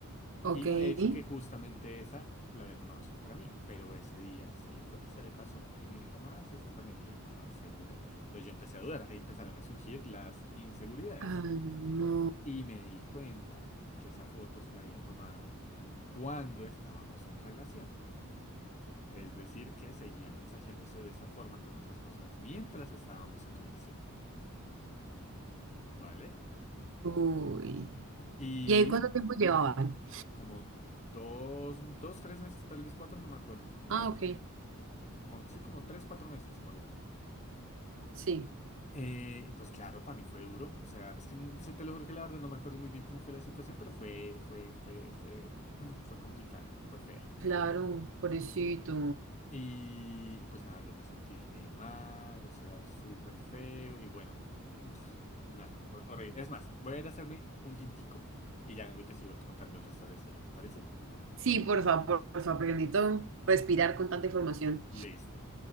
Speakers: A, on the right; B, on the left.
A: ok.
B: Y me
A: Ay,
B: había dicho que justamente esa la había tomado solo para mí, pero ese día se le fue, se le pasó y me dijo como, ah, sí, está también. Y yo, ah, ¿segura? Entonces yo empecé a dudar, ahí empezaron a surgir las inseguridades.
A: no.
B: Y me di cuenta que esa foto se la había tomado cuando estábamos en relación. Es decir, que seguía mensajeándose de esa forma con otras personas mientras estábamos en relación, ¿vale?
A: Uy.
B: Y
A: ¿Y ahí cuánto tiempo llevaban?
B: como dos, dos, tres meses, tal vez cuatro, no me acuerdo, como
A: Ah,
B: cuatro.
A: ok,
B: Como, sí, como tres, cuatro meses, ponle tú.
A: sí.
B: Eh, pues claro, para mí fue duro. O sea, es que n- se te lo juro que la verdad no me acuerdo muy bien cómo fue la situación, pero fue, fue, fue, fue, <clears throat> fue complicada, fue fea.
A: Claro, pobrecito.
B: Y, y pues nada, yo me sentí re mal, o sea, súper feo y bueno, uf, nada, hor- horrible. Es más, voy a ir a hacerme un tintico y ya vengo y te sigo contando el resto de la historia, ¿te parece?
A: Sí, por favor, por favor, porque necesito respirar con tanta información.
B: Listo.